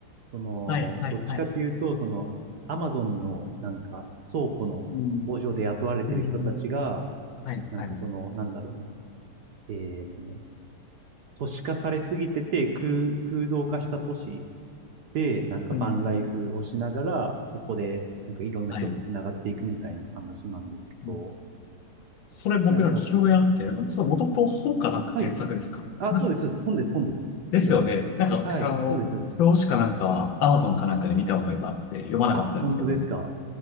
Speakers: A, on the right (about 60°); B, on the left (about 70°).
A: その、
B: はい。はい。
A: どっちかっていうと、
B: はい。
A: その、アマゾンのなんか倉庫の工場で雇われてる人たちが、
B: うん。うん。はい。
A: なんかその、
B: はい。
A: なんだろうね、えーとね、都市化されすぎてて空、空洞化した都市で、なんかバンライフをしながら、
B: うん。
A: そこで、なんかいろんな人と繋がっていくみたいな話なんですけど、
B: はい。うんそれ僕の聞き覚あって、
A: なんか、
B: ちょっともともと本かなんか原作ですかなんか、
A: はい。あ、そうです、そうです。本です、本です。
B: ですよね。
A: 本が原作です。
B: なんか、
A: はい。
B: あの、
A: そうです、そうです。
B: 表紙かなんかは Amazon かなんかで見た覚えがあって読まなかったんですけど、
A: あ、本当ですか。